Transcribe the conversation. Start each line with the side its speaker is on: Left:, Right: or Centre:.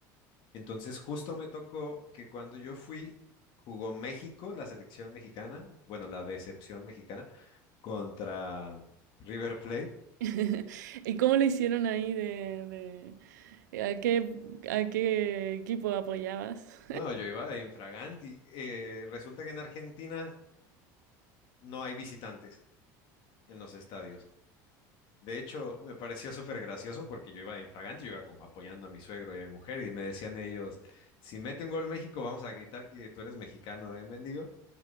Left: Entonces justo me tocó que cuando yo fui, jugó México, la selección mexicana, bueno, la decepción mexicana, contra River Plate.
Right: <laughs> ¿Y cómo lo hicieron ahí de, de- a qué a qué equipo apoyabas?
Left: No, yo iba de infraganti. Eh, resulta que en Argentina no hay visitantes en los estadios. De hecho, me pareció súper gracioso porque yo iba en fragante, yo iba como apoyando a mi suegro y a mi mujer y me decían ellos, si mete un gol México, vamos a gritar que tú eres mexicano, ¿eh, mendigo?